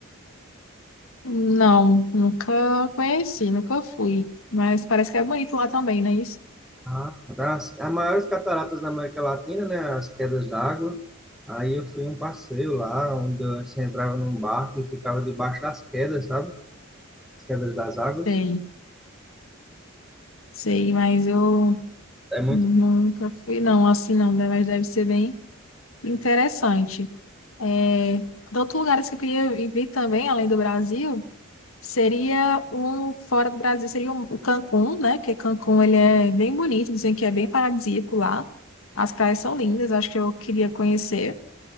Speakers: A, on the left; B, in the centre.
A: Não, nunca conheci, nunca fui. Mas parece que é bonito lá também, não é isso?
B: Ah, das, as maiores cataratas da América Latina, né? As quedas d'água. Aí eu fui um passeio lá, onde eu- você entrava num barco e ficava debaixo das quedas, sabe? As quedas das águas.
A: Sei, sei, mas eu
B: É muito.
A: Nunca fui, não, assim não, né? Mas deve ser bem interessante. É, outro lugar assim que eu queria viver também, além do Brasil, seria o fora do Brasil, seria o o Cancún, né? Porque Cancún ele é bem bonito, dizem que é bem paradisíaco lá. As praias são lindas, acho que eu queria conhecer.